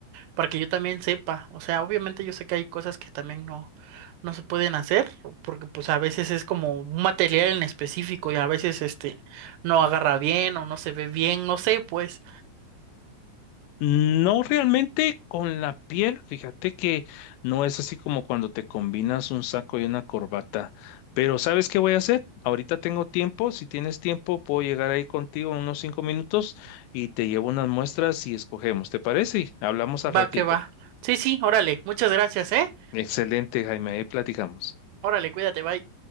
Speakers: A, on the right (about 80°); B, on the left (about 85°).
A: para que yo también sepa. O sea, obviamente yo sé que hay cosas que también no, no se pueden hacer, porque pues a veces es como un material en específico y a veces este no agarra bien o no se ve bien, no sé, pues,
B: No realmente con la piel, fíjate que no es así como cuando te combinas un saco y una corbata. Pero ¿sabes qué voy a hacer? Ahorita tengo tiempo, si tienes tiempo puedo llegar ahí contigo en unos cinco minutos y te llevo unas muestras y escogemos, ¿te parece? Hablamos al ratito.
A: va que va. Sí, sí, órale, muchas gracias, ¿eh?
B: Excelente, Jaime, ahí platicamos.
A: Órale, cuídate, bye.